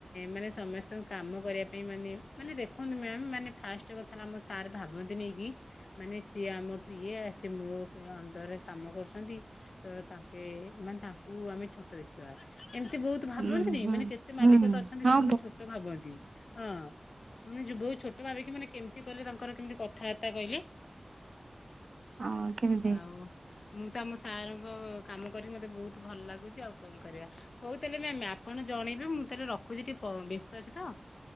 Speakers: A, on the left; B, on the right.
A: ମାନେ ସମସ୍ତ ତୁ କାମ କରିବା ପାଇଁ ମାନେ ମାନେ ଦେଖନ୍ତୁ ମ୍ୟାସ୍ ମାନେ ଫାଷ୍ଟ କଥା ଆମ ସାର୍ ଭାବନ୍ତି ନାଇକି ମାନେ ସିଏ ଆମଠୁ ଇଏସ ସେ ମୋ ଅଣ୍ଡରରେ କାମ କରୁଛନ୍ତି ତ ତାଙ୍କେ ମାନେ ତାଙ୍କୁ ଆମେ ଛୋଟ ଦେଖ୍ ଛୁଆ ଏମିତି ବହୁତ ଭାବନ୍ତିନି
B: ଉୁଁ ହୁଁ
A: ମାନେ କେତେ ମାଲିକ
B: ହୁଁ
A: ତ ଅଛନ୍ତି
B: ହଁ
A: ସେ ବହୁତ ଛୋଟ ଭାବନ୍ତି ହଁ ମାନ ଯ ବୋଉ ଛୋଟ ଭାବିକି ମାନେ କେମିତି କହିଲେ ତାଙ୍କର କେମିତି କଥାବାର୍ତ୍ତା କହିଲେ
B: ଆଉ କେମିତି
A: ଆଉ ମୁଁ ତ ଆମ ସାର୍ଙ୍କ କାମ କରି ମତେ ବହୁତ ଭଲ ଲାଗୁଛି ଆଉ କଣ କରିବା ହଉ ତାହେଲେ ମ୍ୟାମ୍ ଆପଣ ଜଣେଇବେ ମୁଁ ତାହେଲେ ରଖ ଖୁଛି ଟିକେ ପ ବ୍ୟସ୍ତ ଅଛି ତ